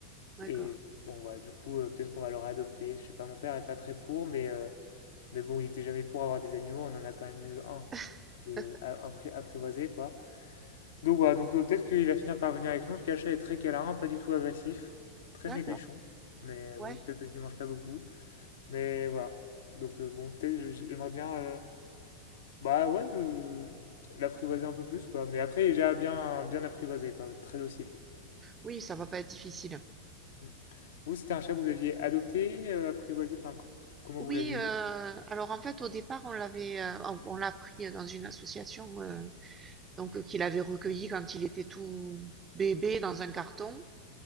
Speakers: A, on the right (about 20°); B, on the left (about 60°).
A: d'accord.
B: Et bon, bah, du coup, euh, peut-être qu'on va le réadopter. Je sais pas, mon père est pas très pour, mais, euh, mais bon, il était jamais pour avoir des animaux. On en a quand même eu un
A: <laughs>
B: de, à- appri- apprivoisé, quoi. Donc voilà, donc euh, peut-être qu'il va finir par venir avec nous, parce que est très câlin, pas du tout agressif, très
A: D'accord,
B: maigrichon, mais
A: ouais.
B: bon, peut-être qu'il mange pas beaucoup, mais voilà. Donc euh, bon, peut-être je- je- j'aimerais bien, euh, bah ouais, je- l'apprivoiser un peu plus, quoi. Mais après, il est déjà bien, bien apprivoisé, quoi, très docile.
A: Oui, ça va pas être difficile.
B: Mm. Vous, c'était un chat que vous aviez adopté, euh, apprivoisé, enfin, co- comment
A: Oui,
B: vous l'avez
A: euh,
B: eu?
A: alors en fait, au départ, on l'avait, euh, on, on l'a pris dans une association euh, donc euh, qu'il avait recueilli quand il était tout bébé dans un carton.